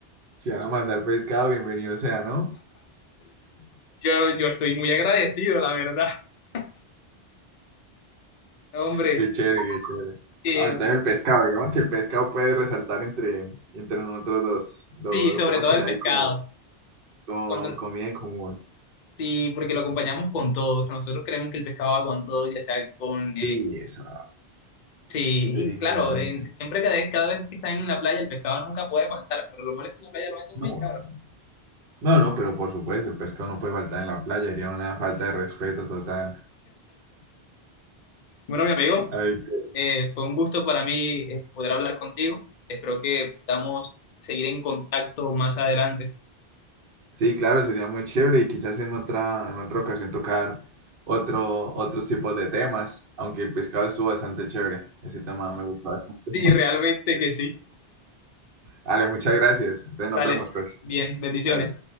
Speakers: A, on the right; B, on the left.
A: Si van a mandar pescado, bienvenido sea, ¿no?
B: yo, yo estoy muy agradecido, la verdad. <laughs> Hombre,
A: Qué chévere, qué chévere.
B: Eh,
A: Ah, entonces el pescado, digamos que el pescado puede resaltar entre, entre nosotros dos. Lo,
B: sí,
A: lo
B: sobre
A: podemos
B: todo
A: tener
B: el pescado.
A: ahí como, como
B: Cuando,
A: comida en común.
B: sí, porque lo acompañamos con todo. O sea, nosotros creemos que el pescado va con todo, ya sea con...
A: Sí,
B: eh,
A: eso,
B: sí,
A: definitivamente.
B: y claro, en- siempre cada vez, cada vez que están en la playa, el pescado nunca puede faltar, pero lo malo es que en la playa lo venden muy
A: No, no,
B: caro.
A: no. No, no, pero por supuesto, el pescado no puede faltar en la playa, sería una falta de respeto total.
B: Bueno, mi amigo,
A: Ay, qué-
B: eh, fue un gusto para mí eh, poder hablar contigo. Espero que podamos seguir en contacto más adelante.
A: sí, claro, sería muy chévere y quizás en otra, en otra ocasión tocar otro, otros tipos de temas, aunque el pescado estuvo bastante chévere. Ese tema me gustó bastante.
B: Sí, realmente que sí.
A: Vale, muchas gracias. Entonces nos
B: Dale,
A: vemos, pues.
B: bien, bendiciones.
A: Dale.